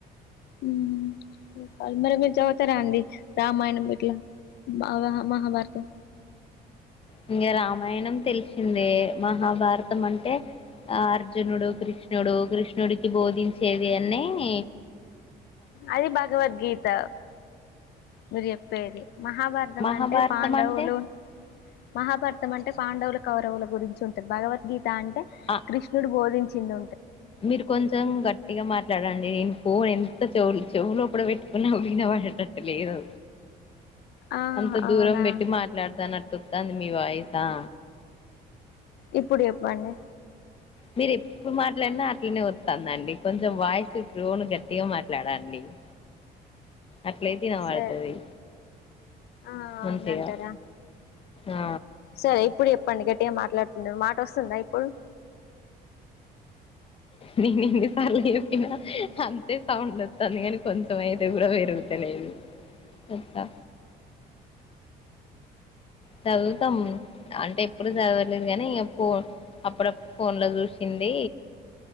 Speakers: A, on the left; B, on the left.
A: ఊమ్. చెప్పాల్ మరి మీర్ జదువ్తరా అండి రామాయ్ణం ఇట్ల బావహ మహాభారతం
B: ఇంగ రామాయ్ణం తెల్షిందే మహాభారతమంటె ఆ అర్జునుడు కృష్ణుడు కృష్ణుడికి బోధించేది అన్నీ
A: అది భగవద్గీత మిర్ జె ప్పేది మహాభారతమంటె
B: మహాభారతం
A: పాండవులు
B: అంటే
A: మహాభార్తమంటె పాండవ్లకు కౌరవుల గురించుంటది భగవద్గీత అంటె
B: ఆ
A: కృష్ణుడు బోధించిందు
B: మీరు కొంచెం గట్టిగా మాట్లాడండి నేను ఫోన్ ఎంత చెవు చెవులు లోపల కూడ పెట్ ఉన్నా వినబడటట లేదు
A: ఆ
B: అంత
A: అవునా
B: దూరం పెట్టి మాట్లాడుతాన్న తోతాంది మీ వాయిస్ ఆ
A: ఇప్పుడు చెప్పండి
B: మీరు ఎప్పుడు మాట్లాడినా అట్లనే వస్తాందండి కొంచెం వాయిస్ టోన్ గట్టిగా మాట్లాడండి. <inaudible>
A: <inaudible>
B: అట్లయితే వినపడుతది
A: సరే ఆ అవునంటారా
B: అంతేగా ఆ
A: సరే ఇప్పుడు చెప్పండి గట్టిగా మాట్లాడుతుండే మాట వస్తుందా ఇప్పుడు
B: నేను ఎన్ని సార్లు చెప్పినా అంతే సౌండ్ వస్తాంది కానీ కొంచెం అయితే కూడా పెరగు తేనే చూడు తెస్తా చదువుతాం అంటే ఎప్పుడు చదవలేదు కానీ ఇన్ ఫోన్ అప్పుడప్పుడు ఫోన్ లో చూసిన్ ది